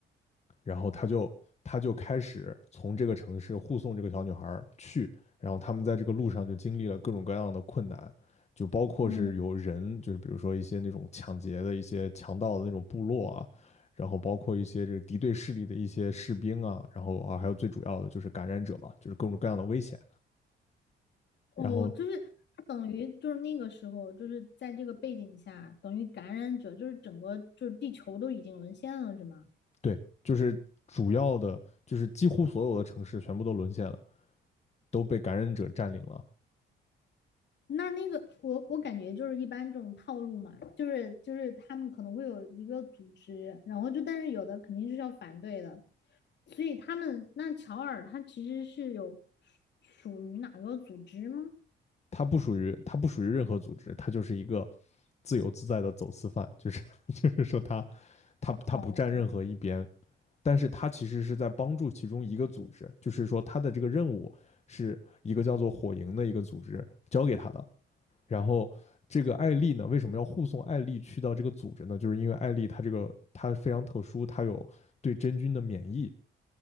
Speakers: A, on the left; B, on the left.
A: 然后他就他就开始从这个城市护送这个小女孩去，然后他们在这个路上就经历了各种各样的困难，就包括是有人，
B: 嗯。
A: 就是比如说一些那种抢劫的一些强盗的那种部落啊，然后包括一些这个敌对势力的一些士兵啊，然后啊还有最主要的就是感染者嘛，就是各种各样的危险，
B: 哦，
A: 然后
B: 就是他等于就是那个时候，就是在这个背景下，等于感染者就是整个就是地球都已经沦陷了，是吗？
A: 对，就是主要的就是几乎所有的城市全部都沦陷了，都被感染者占领了。
B: 那那个我我感觉就是一般这种套路嘛，就是就是他们可能会有一个组织，然后就但是有的肯定是要反对的，所以他们那乔尔他其实是有属属于哪个组织吗？
A: 他不属于他不属于任何组织，他就是一个自由自在的走私犯，就是 <laughs> 就是说他他他不站任何一边，
B: 哦
A: 但是他其实是在帮助其中一个组织，就是说他的这个任务是一个叫做火营的一个组织交给他的。然后这个艾丽呢，为什么要护送艾丽去到这个组织呢？就是因为艾丽她这个她非常特殊，她有对真菌的免疫。